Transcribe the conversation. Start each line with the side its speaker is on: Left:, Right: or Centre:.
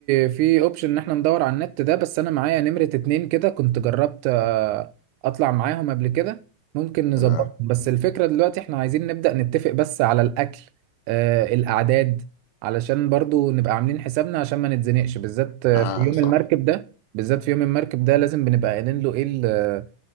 Right: في اوبشن ان احنا ندور على النت ده بس انا معايا نمرة اتنين كده كنت جربت آه، اطلع معاهم قبل كده ممكن نظبطهم
Left: حلو أوي.
Right: بس الفكرة دلوقتي احنا عايزين نبدأ نتفق بس على الاكل آه، الاعداد علشان برضو نبقى عاملين حسابنا عشان ما نتزنقش بالذات آه،
Left: اه
Right: في يوم
Left: صح
Right: المركب ده بالذات في يوم المركب ده لازم بنبقى قايلين له ايه ال- آه،